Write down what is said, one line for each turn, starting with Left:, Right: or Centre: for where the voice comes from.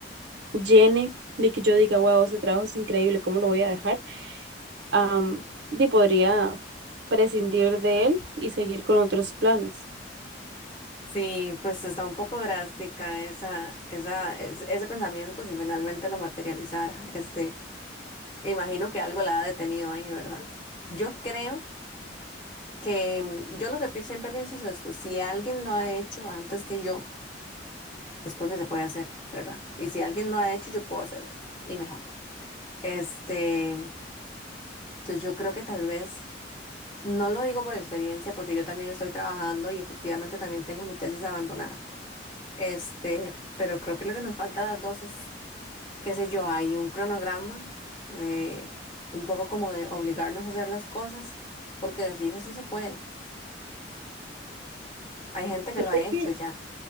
Right: llene de que yo diga, wow, ese trabajo es increíble, ¿cómo lo voy a dejar? Am, y podría prescindir de él y seguir con otros planes.
Left: Sí, pues está un poco drástica esa, esa, es- ese pensamiento si finalmente lo materializara. Este, imagino que algo la ha detenido ahí, ¿verdad? Yo creo que mm, yo lo que pi- siempre pienso es esto, si alguien lo ha hecho antes que yo, es porque se puede hacer, ¿verdad? Y si alguien lo ha hecho, yo puedo hacerlo y mejor. Este, entonces yo creo que tal vez, no lo digo por experiencia, porque yo también estoy trabajando y efectivamente también tengo mi tesis abandonada. Este, pero creo que lo que nos falta a las dos es, qué sé yo, hay un cronograma, eh, un poco como de obligarnos a hacer las cosas, porque de fijo sí se puede. Hay gente que
Right: Yo
Left: lo ha
Right: sé
Left: hecho
Right: que,
Left: ya.